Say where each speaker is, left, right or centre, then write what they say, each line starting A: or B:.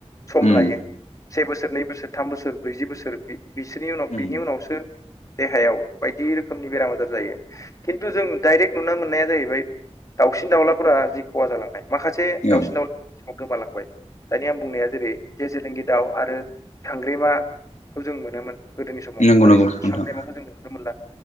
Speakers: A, on the left (about 30°); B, on the left (about 80°).
A: सम
B: उम
A: लायो से बोसोर नै बोसोर थाम बोसोर ब्रैजि बोसोर बि बिसोरनि उनाव
B: उम
A: बिनि उनावसो देहायाव बायदि रोखोमनि बेराम आजार जायो खिन्थु जों डाइरेक्ट नुनो मोननाया जाहैबाय दाउसिन दाउलाफोरा जि खहा जालांनाय माखासे दाउसिन
B: औ
A: दाउला गोमालांबाय दानि आं बुंनाया जेरै जेजेलिंगि दाउ आरो सांग्रेमा खौ जों मोनोमोन गोदोनि समाव
B: नंगौ
A: दानि
B: नंगौ नोंथां
A: सांग्रेमाखौ जों नुनो मोनला